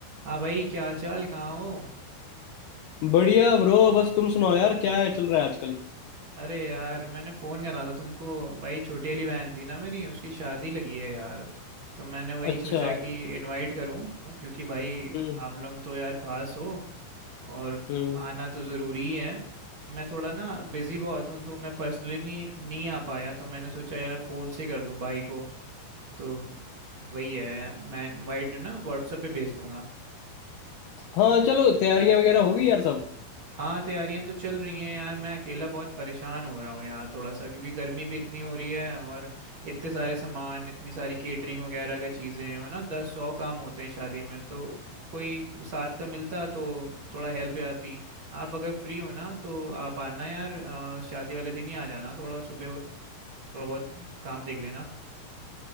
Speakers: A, on the right; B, on the left.
A: हाँ भाई क्या हाल चाल कहाँ हो
B: बढ़िया ब्रो बस तुम सुनाओ यार क्या है चल रहा है आजकल
A: अरे यार मैंने फ़ोन करा था तुमको भाई छोटी वाली बहन थी ना मेरी उसकी शादी लगी है यार तो मैंने वही
B: अच्छा
A: सोचा कि इनवाइट करूँ क्योंकि भाई
B: हम्म
A: आप लोग तो यार खास हो और
B: हम्म
A: आना तो ज़रूरी है मैं थोड़ा ना बिज़ी बहुत हूँ तो मैं पर्सनली नहीं नहीं आ पाया तो मैंने सोचा यार फ़ोन से कर दूँ भाई को तो वही है मैं इनवाइट ना व्हाट्सएप पे भेज दूंगा
B: हाँ चलो तैयारियां वगैरह होगी यार सब
A: हाँ तैयारियां तो चल रही हैं यार मैं अकेला बहुत परेशान हो रहा हूँ यार थोड़ा सा क्योंकि गर्मी भी इतनी हो रही है और इतने सारे सामान इतनी सारी केटरिंग वगैरह का चीज़ें हैं और ना दस सौ काम होते हैं शादी में तो कोई साथ का मिलता तो थोड़ा हेल्प आती आप अगर फ्री हो ना तो आप आना यार अ, शादी वाले दिन ही आ जाना थोड़ा सुबह थोड़ा बहुत काम देख लेना